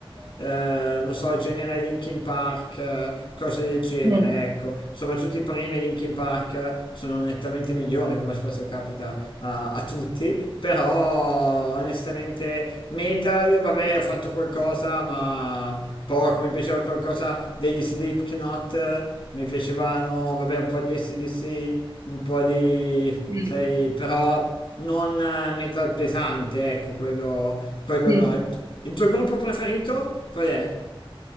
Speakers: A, on the left; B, on the right.
A: eh, non so, genere Linkin Park, eh, cose del genere,
B: mm,
A: ecco. Soprattutto i primi Linkin Park sono nettamente migliori, come spesso capita a, a tutti tutti, però onestamente Metal, vabbè, ho fatto qualcosa, ma poco, mi piaceva qualcosa degli Slipknot, mi piacevano, vabbè, un po' di SDC, un po' di,
B: mm,
A: sai, però non eh, metal pesante, ecco, quello, quello
B: mm.
A: no. Il tuo gruppo preferito qual è?